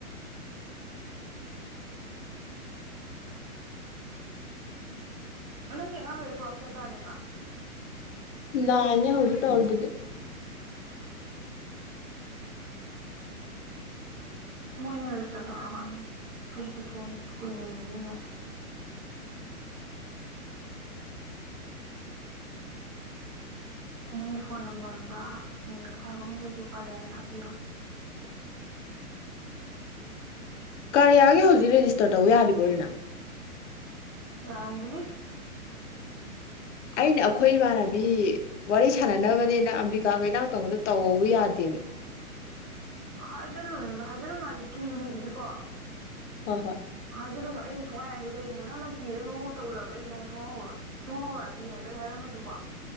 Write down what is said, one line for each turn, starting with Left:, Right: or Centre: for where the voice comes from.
Right: ꯅꯪꯒꯤ ꯑꯉꯥꯡ ꯈꯩꯗꯣ ꯀꯂ꯭ꯥꯁ ꯀꯌꯥ ꯀꯥꯅꯦꯕ
Left: ꯅꯥꯏꯟꯅꯦ ꯍꯧꯖꯤꯛ ꯇꯧꯔꯤꯗꯨꯗꯤ
Right: ꯃꯣꯏꯅꯁ ꯇꯧꯔ ꯑꯩꯁꯨ ꯊꯣꯡ ꯀꯨꯏꯅꯤ ꯌꯥꯗꯦ <unintelligible> ꯅꯪꯒꯤ ꯐꯣꯟ ꯅꯝꯕꯔꯒ ꯃꯤꯡꯒ ꯊꯥꯔꯛꯑꯣ ꯃꯤꯁ ꯑꯩꯒꯤꯁꯨ ꯀꯔꯤꯌꯥꯔꯒꯤꯗ ꯍꯥꯞꯄꯤꯌꯣ
Left: ꯀꯔꯌꯥꯒꯤ ꯍꯧꯖꯤꯛ ꯔꯦꯖꯤꯁꯇꯔ ꯇꯧꯕ ꯌꯥꯔꯤꯕꯣꯔꯤꯅ
Right: ꯌꯥꯔꯝꯈꯤꯅꯤ
Left: ꯑꯩꯅ ꯑꯩꯈꯣꯏ ꯏꯃꯥꯟꯅꯕꯤ ꯋꯥꯔꯤ ꯁꯥꯟꯅꯅꯕꯅꯤꯅ ꯑꯝꯕꯤꯀꯥꯒ ꯏꯅꯥꯎꯒ ꯇꯧꯕꯗꯣ ꯇꯧꯑꯣꯕꯨ ꯌꯥꯗꯦꯅꯦ
Right: ꯍꯥꯏꯖꯟꯂꯨꯅꯨꯗ ꯍꯥꯏꯖꯜꯂꯨꯅꯨ ꯍꯥꯏꯗꯤ ꯀꯤꯕ ꯃꯤꯗꯨꯗꯤꯀꯣ
Left: ꯍꯣꯏ ꯍꯣꯏ
Right: ꯍꯥꯏꯖꯟꯅꯨ ꯑꯩ ꯁꯨꯡ ꯍꯥꯏꯗꯦ ꯀꯩꯒꯨꯝꯕ ꯅꯪ ꯅꯪ ꯀꯤꯕꯒꯤ ꯃꯑꯣꯡ ꯃꯇꯧ ꯎꯂꯕ ꯑꯩ ꯅꯣꯡꯃ ꯁꯨꯪꯡꯍꯧ ꯍꯧꯔꯣꯏ ꯁꯨꯡꯍꯧ ꯍꯧꯔꯣꯏ ꯍꯥꯏꯗꯤ ꯍꯥꯏꯐꯦꯠ ꯍꯥꯏꯔꯝꯃꯁꯨꯀꯣ